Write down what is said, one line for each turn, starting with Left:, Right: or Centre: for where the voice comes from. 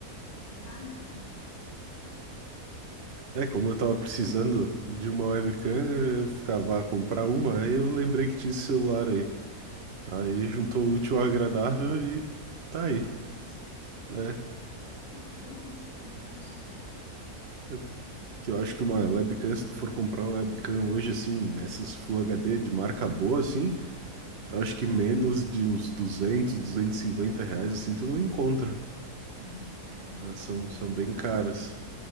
Left: pensado, né? Muito
Right: É, como
Left: bem pensado.
Right: eu tava precisando de uma webcam, eu ficava
Left: Uhum.
Right: a comprar uma, aí eu lembrei que tinha esse celular aí. Aí
Left: <laughs>
Right: juntou o útil ao agradável e tá aí,
Left: Deu tudo certo.
Right: né?
Left: Ah, que bom, que bom que deu certo.
Right: Eu, que eu acho que uma webcam, se tu for comprar uma webcam hoje, assim, essas Full HD de marca boa, assim,
Left: Uhum,
Right: eu acho que menos de uns duzentos, duzentos e cinquenta reais, assim, tu não encontra.
Left: uhum, é,
Right: Elas são,
Left: bem
Right: são
Left: provável.
Right: bem caras.